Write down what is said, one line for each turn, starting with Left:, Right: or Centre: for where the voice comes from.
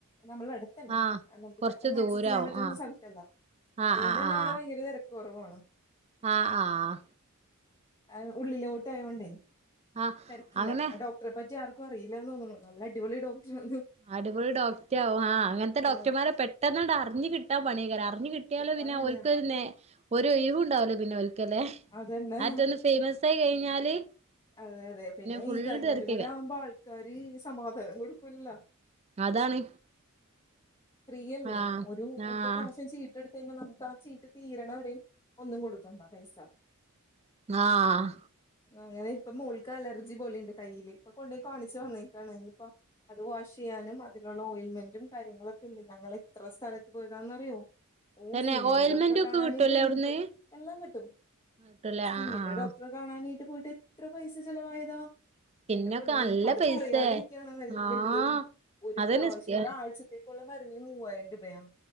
Left: നമ്മളടടു ത്തല്ല
Right: ആഹ്
Left: കാരണം നമുക്ക്
Right: കൊറച്ച്
Left: പെട്ടെന്ന്
Right: ദൂരാവും
Left: ആക്സസ് ചെയ്യാൻ പറ്റുന്ന
Right: ആഹ്
Left: സ്ഥലത്തല്ല
Right: ആഹ്
Left: അതുകൊണ്ട് തന്നെവിടെ
Right: ആഹ്
Left: ഭയങ്കര തെര ക്ക് കൊറവാണ്
Right: ആഹ് ആഹ്
Left: അഹ് ഉള്ളിലോട്ട് ആയൊണ്ടേ
Right: ആഹ്
Left: തെരക്കില്ല
Right: അങ്ങനെ
Left: ഡോ ക്ടറെ പറ്റി ആർക്കും അറിയില്ലാന്ന് തോന്ന്ണു നല്ല അടി പൊളി ഡോക്ടറാന്ന്
Right: അടിപൊളി ഡോറ്റാവും ആഹ് അങ്ങന് ത്തെ ഡോക്ടർമാരെ
Left: ആ
Right: പെട്ടെന്നാണ്ട് അറിഞ്ഞു കിട്ടാൻ പണീകാരം അറിഞ്ഞ് കി ട്ടിയാലോ
Left: വിട്ടാൻ
Right: പിന്നെ
Left: പണിയാണ്
Right: ഒൽക്ക് ര്നേ ഒര് ഒഴിവും ണ്ടാവുല്ല പിന്നെ ഒൽക്കല്ലെ
Left: അതന്നെ
Right: അഹറ്റെ നസ് ഫേയിമസ് ആയി കഴിഞ്ഞാല്
Left: അതെ അതെ പിന്നെ
Right: ഫുള്ള്
Left: ഈ ഗവൺമെന്റും
Right: തിരക്കയ്ക്കാ
Left: കൂടി ആവുമ്പോ ആൾക്കാര് സമാധാനം കൊടുക്കൂലല്ലേ
Right: അതാണ്
Left: ഫ്രീയല്ലേ
Right: ആഹ്
Left: ഒരു
Right: ആഹ്
Left: ഒറ്റ പ്രാവശ്യം ചീട്ടെടു ത്തെയിഞ്ഞ നമുക്ക് ആഹ് ചീട്ട് തീര്ണവരെയും ഒന്നും കൊടുക്കണ്ട പൈസ
Right: ആഹ്
Left: അങ്ങനെ ഇപ്പോ മോൾക്ക് അലർജി പോലെയുണ്ട് കയ്യില് ഇപ്പ കൊണ്ടോയി കാണിച്ച് വന്നേക്കാണ് ഇനി ഇപ്പ അത് വാഷ്യ്യാനും അതിന്ള്ള ഓയിൽമെന്റും കാര്യങ്ങളൊ ക്കെണ്ട് ഞങ്ങൾ എത്ര സ്ഥലത്ത് പോയതാന്ന്ന്നാറിയോ ഓ
Right: തന്നെ
Left: സ്കിന്നിന്റെ
Right: ഓയിൽമെന്റ്
Left: ഡോക്ടറെ
Right: ഒക്കെ
Left: കാണാനായിട്ട്
Right: കിട്ടൂലേ അവിടുന്ന്
Left: എന്തോ എല്ലാം കിട്ടും
Right: കിട്ടൂലേ
Left: സ്കിന്നിന്റെ
Right: ആഹ് ആഹ്
Left: ഡോക്ടറെ കാണാനീട്ട് പോയിട്ട് എത്ര പൈസ ചെലവായതാ
Right: സ്കിന്നൊക്കെ
Left: എന്റെ പൊന്നെ
Right: നല്ല
Left: അത്
Right: പൈസേ
Left: പറയാതിരിക്കയാണ് വേ
Right: ആഹ്
Left: വല്ത് ഒരു
Right: അതന്നെ
Left: പ്രാവിശ്യം
Right: സ്കി
Left: ഒരാഴ്ച ക്കുള്ള മരുന്ന് മൂവായിരം രൂപയാണ്